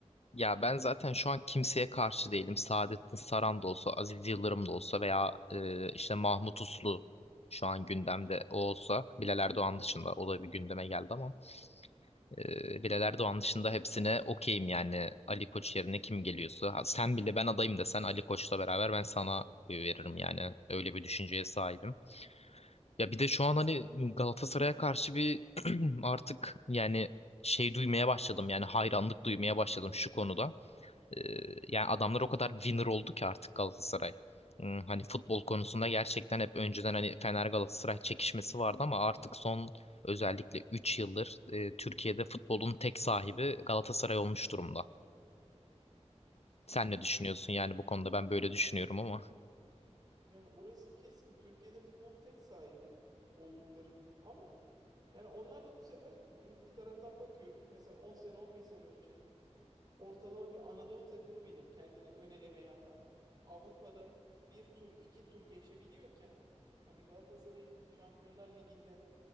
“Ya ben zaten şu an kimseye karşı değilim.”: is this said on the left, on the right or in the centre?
Left